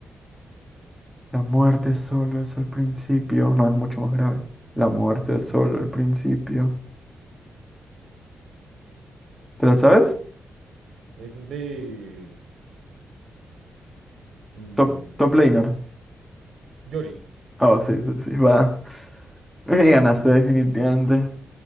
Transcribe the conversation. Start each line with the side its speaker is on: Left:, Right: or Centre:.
Centre: La muerte solo es el principio. No, es mucho más grave. La muerte es solo el principio. ¿Te la sabes?
Right: Ese es de mm,
Centre: Top, top laner.
Right: Yorick.
Centre: Ah, sí, sí, sí, va. <laughs> Me ganaste definitivamente.